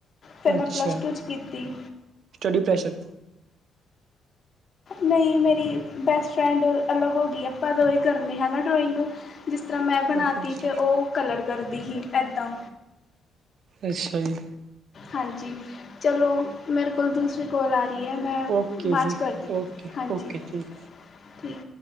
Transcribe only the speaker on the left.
ਫਿਰ ਮੈਂ
ਪਲੱਸ ਟੂ 'ਚ ਕੀਤੀ
ਨਈ ਮੇਰੀ ਬੈਸਟ ਫਰੈਂਡ ਅਲੱਗ ਹੋ ਗਈ ਆਪਾ ਦੋ ਹੀ ਕਰਨੇ ਹਾ ਨਾ ਡਰੋਇੰਗ। ਜਿਸ ਤਰ੍ਹਾਂ ਮੈਂ ਬਣਾ
ਤੀ
ਤੇ ਉਹ ਕਲਰ ਕਰਦੀ ਹੀ ਏਦਾਂ।
ਹਾਂਜੀ ਚਲੋ, ਮੇਰੇ ਕੋਲ ਦੂਸ ਕੋਲ ਆ ਰਹੀ ਐ ਮੈਂ
ਬਾਦ
ਚ ਕਰਦੀ
ਹਾਂਜੀ
ਠੀਕ।